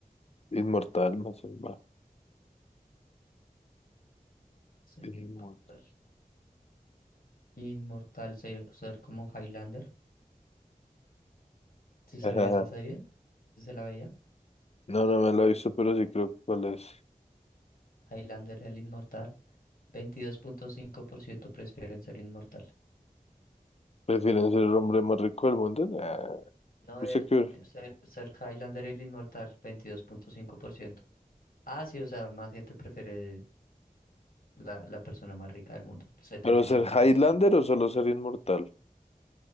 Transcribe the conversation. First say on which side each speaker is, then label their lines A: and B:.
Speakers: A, on the left; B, on the left.
A: Inmortal, no sé, va.
B: ser
A: Inmortal.
B: inmortal. Inmortal, ser, ser como Highlander, si se
A: Ajá.
B: vio esa serie, si se la veía,
A: No, no me lo he visto, pero sí creo que cuál es.
B: Highlander el inmortal, veintidós punto cinco por ciento prefieren ser inmortal.
A: ¿Prefieren ser el hombre más rico del mundo? Nah.
B: No,
A: ¿Usted
B: el,
A: qué?
B: eh, Sir, Sir Highlander el inmortal, veintidós punto cinco por ciento Ah, sí, o sea, más gente prefiere la, la persona más rica del mundo, el setenta
A: ¿Pero
B: y siete
A: ser
B: punto
A: Highlander
B: cinco
A: o solo ser inmortal?